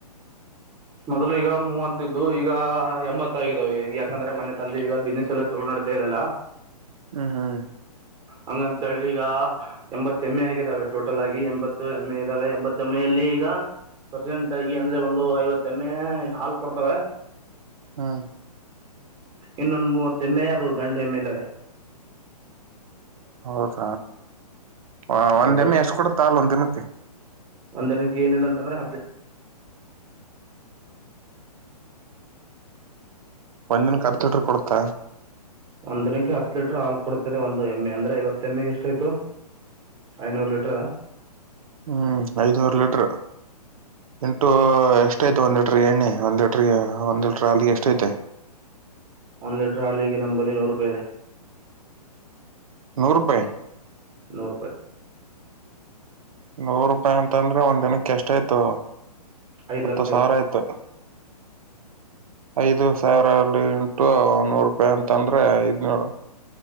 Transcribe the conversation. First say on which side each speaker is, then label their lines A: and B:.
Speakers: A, on the right (about 15°); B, on the right (about 60°).
A: ಮೊದ್ಲು ಈಗ ಮೂವತ್ತಿದ್ದು ಈಗ ಎಂಬತ್ತಾಗಿದ್ದಾವ ಈಗ ಯಾಕಂದ್ರೆ ಮೊನೆೆ ತಂದೆ ಈಗ ಬಿಸ್ನೆಸ್ ಎಲ್ಲ ಚಲ ನಡತಾ ಇದದೆಲ್ಲ
B: ಹ್ಮ್ ಹ್ಮ್
A: ಹಂಗಂತೇಳಿ ಈಗ ಎಂಬತ್ ಎಮ್ಮೆ ಆಗಿದ್ದಾವೆ ಟೋಟಲ್ ಆಗಿ ಎಂಬತ್ತು ಎಮ್ಮ ಎ ಇದ್ದಾವೆ ಎಂಬತ್ತ ಎಮ್ಮ ಅಲ್ಲಿ ಈಗ ಪ್ರರ್ಸೆಂಟ್ ಆಗಿ ಅಂದ್ರೆ ಒಂದು ಐವತ್ತ ಎಮ್ಮೆ ಹಾಲ್ ಕೊಡ್ತವೆ
B: ಹ್ಮ್
A: ಇನ್ನೊಂದು ಮೂವತ್ತ ಎಮ್ಮೆ ಅದು ಗಂಡು ಎಮ್ಮೆ ಇದಾವೆ
B: ಹೌದ ಆ ಒಂದ್
A: ಹೌದು
B: ಡೇ ಮಿ ಎಷ್ಟ ಕೂಡ ತಾಲ್ ಒಂದ ದಿನಕ್ಕೆ
A: ಒಂದನಕ್ಕೆ ಏನಿಲ್ಲ ಅಂತಂದ್ರೆ ಹಪ್
B: ಒಂದಿನಕೆ ಹತ್ತು ಲೀಟರ ಕೊಡ್ತ
A: ಹಂದಿನಕ್ಕೆ ಹತ್ತು ಲೀಟರ್ ಹಾಲ್ ಕೊಡ್ತದೆ ಒಂದು ಎಮ್ ಎ ಅಂದ್ರೆ ಐವತ್ತು ಎಮ್ ಎಗೆ ಎಷ್ಟ ಆಯತು ಐನೂರು ಲೀಟರ್
B: ಹ್ಮ್ ಐದನೂರು ಲೀಟರ್ ಎಂಟು ಎಷ್ಟ ಐತ ಒಂದು ಲೀಟರ್ ಎಣ್ಣೆ ಒಂದ್ ಒಂದ್ೆಟ್ರ ಅಾಲಿಗೆ ಎಷ್ಟ ಐತೆ
A: ಒಂದ್ ಲೀಟರ್ ಹಾಲಿಗೆ ನಂಬಲ್ಲಿ ನೂರು ರೂಪಾಯಿ ಇದೆ
B: ನೂರ್ ರೂಪಾಯಿ
A: ನೂರ್ ರೂಪಾಯಿ
B: ನೂರು ರೂಪಾಯಿ ಅಂತ ಅಂದ್ರೆ ಒಂದ್ ದಿನಕ್ಕೆ ಎಷ್ಟಾಯ್ತು
A: ಐದು
B: ಹತ್ತು
A: ಲಕ್ಷ
B: ಸಾವಿರ
A: ಆಯಿತು
B: ಆಯ್ತು ಐದು ಸಾವಿರ ಅಲ್ಲಿ ಇಂಟು ನೂರು ರೂಪಾಯಿ ಅಂತಂದ್ರೆ ಐದ್ನೂರು